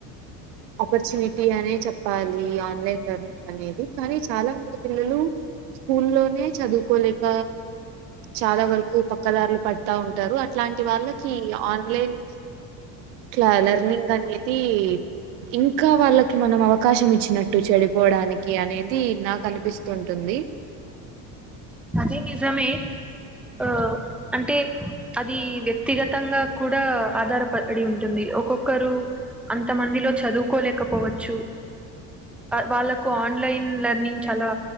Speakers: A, on the right (about 80°); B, in the centre.
A: ఆపర్చునిటీ అనే చెప్పాలి. ఆన్లైన్ లెర్నింగ్ అనేది కానీ చాలా మంది పిల్లలు స్కూల్లోనే చదువుకోలేక చాలా వరకు పక్కదార్లు పడతా ఉంటారు అట్లాంటి వాళ్ళకి ఆన్లైన్ కలా లర్నింగ్ అనేది ఇంకా వాళ్ళకి మనం అవకాశం ఇచ్చినట్టు చెడిపోవడానికి అని ఇది నాకు అనిపిస్తుంటుంది
B: అది నిజమే ఆ అంటే అది వ్యక్తిగతంగా కూడా ఆధారపడి ఉం టుంది ఒక్కొక్కరు అంత మందిలో చదువుకోలేకపోవచ్చు వాళ్ళకు ఆన్లైన్ లర్నింగ్ చాలా